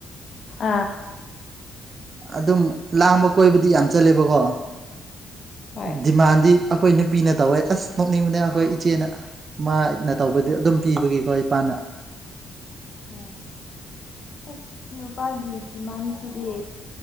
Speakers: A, on the left; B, on the right.
A: ꯑꯥ
B: ꯑꯗꯨꯝ ꯂꯥꯡꯝꯕ ꯀꯣꯏꯕꯗꯤ ꯌꯥꯝ ꯆꯜꯂꯦꯕꯀꯣ
A: ꯍꯣꯏ
B: ꯗꯤꯃꯥꯟꯗꯤ ꯑꯩꯈꯣꯏ ꯅꯨꯄꯤꯅ ꯇꯧꯋꯦ ꯑꯁ ꯅꯣꯛꯅꯤꯡꯕꯅꯦ ꯑꯩꯈꯣꯏ ꯏꯆꯦꯅ ꯃꯥꯅ ꯇꯧꯕꯗꯤ ꯑꯗꯨꯝ ꯄꯤꯕꯒꯤꯀꯣ ꯏꯄꯥꯅ
A: ꯑꯣ ꯑꯁ ꯅꯨꯄꯥꯒꯤ ꯗꯤꯃꯥꯟꯁꯤꯗꯤ